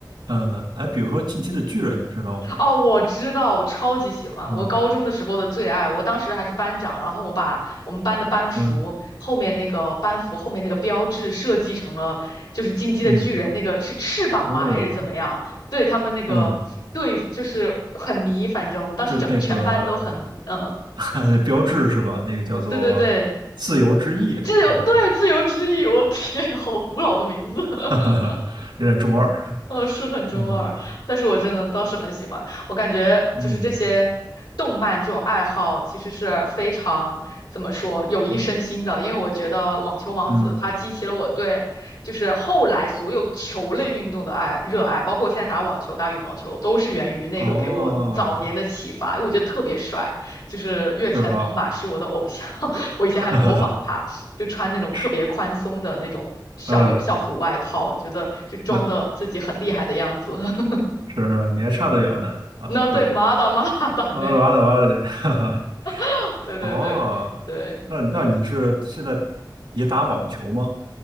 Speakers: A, on the right; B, on the left.
A: 呃，哎，比如说《进击的巨人》，你知道吗？
B: 哦，我知道，我超级喜欢，
A: 嗯
B: 我高中的时候的最爱，我当时还是班长，然后我把我们班的班服后面那个班服后面那个标志设计成了就是进击的巨人那个是翅膀吗还是怎么样？
A: 嗯嗯，哦，
B: 对他们那个对就是很迷，
A: 嗯。
B: 反正我们当时整全班都很迷，
A: 就那个
B: 嗯，
A: <laughs> 那标志是吧？那个叫做自由之翼，
B: 对对对，自由对自由之翼，
A: 好像是，
B: 我天，好古老的名字，
A: <laughs>
B: <laughs>
A: 哈哈有点中二。
B: 呃，是很中二，
A: 呃，
B: 但是我真的当时很喜欢。我感觉就是这些动漫这种爱好，
A: 嗯
B: 其实是非常怎么说有益身心的。
A: 嗯
B: 因为我觉得《网球王子》它激起了我对就是后来所有球类运动的爱热爱，
A: 嗯，
B: 包括我现在打网球、打羽毛球，都是源于那个给我早年的启发。
A: 哦，
B: 我觉得特别帅，就是越前龙马是我的偶像，
A: 是吧？
B: <laughs> 我以前还模仿他。
A: <laughs> 哈哈
B: 就穿那种特别宽松的那种校园校服外套，
A: 是，嗯，
B: 觉得就装的自己很厉害的样子。
A: 那
B: <laughs>
A: 是是，你还差得远呢啊，
B: 那对，
A: 这种，
B: 马打马打打呢？
A: 完了完了完了得，<laughs> 哈哈。
B: <laughs> 对对对对对，
A: 哦，那那你是现在也打网球吗？